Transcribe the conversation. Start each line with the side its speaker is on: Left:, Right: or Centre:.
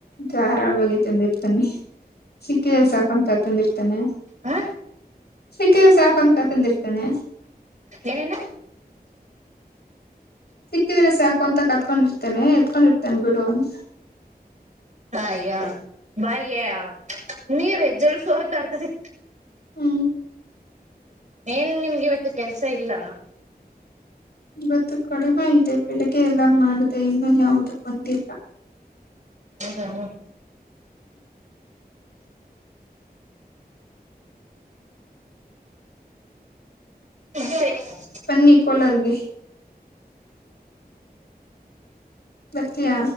Left: ಧಾರಾಳವಾಗಿ ಬಗ್ಗೆ ತಿಂದಿರ್ತನಿ ಸಿಕ್ಕಿದ ಸಕು ಅಂತತ್ತಂದರ್ತೇನ
Right: ಹ
Left: ಅ ಸಾಕಂತಂತ ತಂದಿರ್ತಾನೆ
Right: ಏನೇನ
Left: ಸಿಕ್ಕಿದ್ರ ಸಾಕು ಅಂತ ಕತ್ಕೊಂಡಿರ್ತೇನೆ ಎತ್ಕೊಂಡಿರ್ತೇನೆ ಬಿಡು ಅಂತ
Right: ಹಯ್ಯ ಬಾಯ್ಯ ನೀರೆಜಲ್ಸ್ ಹೊರ್ತರ್ತರಿ
Left: ಹ್ಮ್
Right: ಏನ್ ನಿಮ್ಗೆ ಇವತ್ತು ಕೆಲ್ಸ ಇಲ್ಲ
Left: ಇವತ್ತು ಕಡಿಮೆ ಇದೆ ಬೆಳಗ್ಗೆ ಎಲ್ಲ ಮಾಡದೆ ಇನ್ನೂ ಯಾವುದೂ ಬಂದಿಲ್ಲ
Right: ಹೌದಾ ಹ ಹತ್ತೆ <unintelligible>
Left: ಬನ್ನಿ ಕೋಲಾರಗೆ ಬರ್ತಿಯಾ